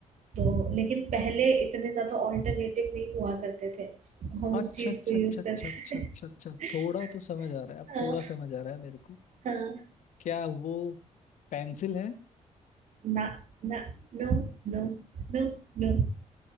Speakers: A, on the right; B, on the left.
A: तो लेकिन पहले इतने ज्यादा ऑल्टरनेटिव नहीं हुआ करते थे तो हम
B: अच्छा
A: उस चीज
B: अच्छा
A: को यूज
B: अच्छा अच्छा
A: करते
B: अच्छा
A: थे
B: अच्छा अच्छा
A: <laughs>
B: थोड़ा तो समझ आ रहा है अब
A: हाँ
B: थोड़ा समझ आ रहा है मेरे को
A: हाँ
B: क्या वो पेंसिल है
A: ना ना नो नो नो नो